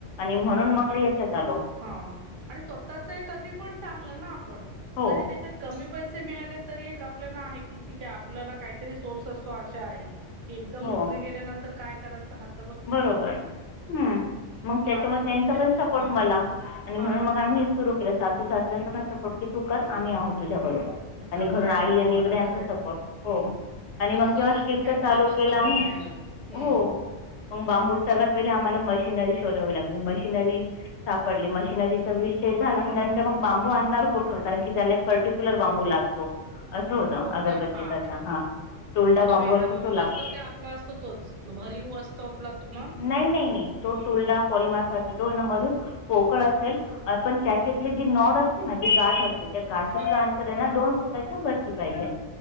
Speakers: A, on the left; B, on the right.
A: आणि म्हणूंन मंग यांच्यात आलो
B: हां आणि स्वंतःचं कधीं पणं चांगलं नां आपणं
A: हो
B: जरी त्यांच्यात कमी पैसे मिळाले तरी एक आपल्यांला आहे कि ठीक आहे आपल्यांला कांहीतरी सोर्स असतो आशा आहेतं की एकदंम
A: हो
B: नोकरी गेल्यानंतर कायं करायचं हात
A: बरोबर मंग
B: मग
A: त्यांच्यामुळे
B: आता
A: त्यांचा
B: तुमचे
A: पणं सपोर्ट
B: हा
A: मलां आणि
B: हा
A: म्हणूंनचं मं आम्हीं हेचं सुरूं केलं सासू सासऱ्यांचा पणं सपोर्ट की तूं करं आम्हीं आहोत तुझ्या बरोबर आणि
B: चांगलं
A: घरूंन
B: आहे
A: आई
B: ना
A: आणि
B: तुम्हाला
A: इकड्यांचा
B: सगळ्याच
A: सपोर्ट हो आणि मंग
B: सगळ्याच
A: जेव्हा शिच
B: फॅमिलीचाच
A: चालूं केलं
B: सपोर्ट
A: आम्हीं
B: मिळाला हम्म
A: हो मंग बांबू सर्वात पहिले आम्हांला मशिनरी शोधांवी लागली मशिनरी सापडली मशिनरीचा विषय झालायं नंतर मंग बांबू आणणारं कोठूंन कारणं की त्यांला एक पर्टिक्युलर बांबू लागतो असं होतं
B: हो
A: अगरबत्तीचा
B: का हा
A: हां टोलडा बॉमबू
B: वेगळा
A: असं
B: बांबू
A: तो लागतो
B: असतो की आपला आपलां असतं तोचं तो भरीव असतो आपलां मंग
A: नाहीं नाहीं नाहीं तो टोलडा पॉलीमार्फ असंतो जो यां मधूंन पोकळ असेल. पण त्याच्यातली जी नॉड असते ना? जी गाठ असेल - त्या गाठीतल
B: हा
A: अंतर ए ना दोन फुटाच्या वरती पाहिजे